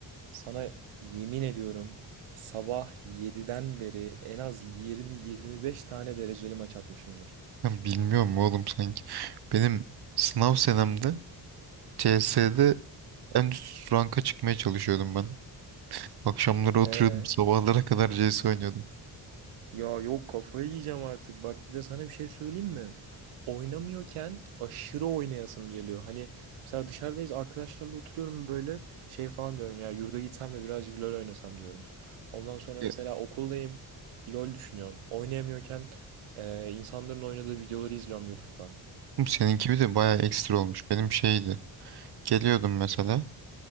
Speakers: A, on the right; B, on the right.
A: Sana yemin ediyorum sabah yediden beri en az 20-25 tane dereceli maç atmışımdır.
B: ben bilmiyorum oğlum sanki. Benim sınav senemde CS'de en üst ranka çıkmaya çalışıyordum ben. Akşamları oturuyordum
A: Ee?
B: sabahlara kadar CS oynuyordum.
A: Ya yok kafayı yiyeceğim artık. Bak bir de sana bir şey söyleyeyim mi? Oynamıyorken aşırı oynayasım geliyor. Hani mesela dışarıdayız arkadaşlarla oturuyorum böyle şey falan diyorum ya yurda gitsem de birazcık LoL oynasam diyorum. Ondan sonra
B: Ya.
A: mesela okuldayım LoL düşünüyorum. Oynayamıyorken e, insanların oynadığı videoları izliyorum YouTube'dan.
B: Oğlum Seninki bir de bayağı ekstra olmuş. Benim şeydi. Geliyordum mesela